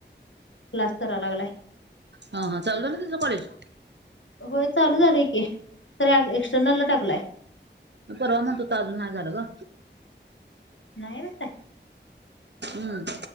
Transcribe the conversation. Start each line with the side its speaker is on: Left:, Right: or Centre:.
Left: क्लास कराय लागलाय
Right: हा हा चालु झाल तेझं कॉलेज.
Left: होय चालू झालंय की ख एक्सटर्नल ला टाकलाय.
Right: मग परवा म्हणतो त अजून नाही झालं ब.
Left: नाही बाय.
Right: हम्म